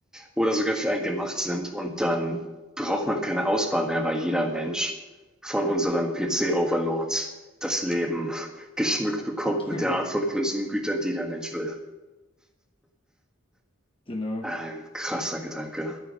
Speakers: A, in the centre; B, on the left.
A: oder sogar für einen gemacht sind. Und dann braucht man keine Auswahl mehr, weil jeder Mensch von unseren PC-Overlords
B: Ja,
A: das Leben <laughs> geschmückt bekommt
B: <laughs>
A: mit der Art von Konsumgütern, die der Mensch will.
B: genau.
A: Ein krasser Gedanke.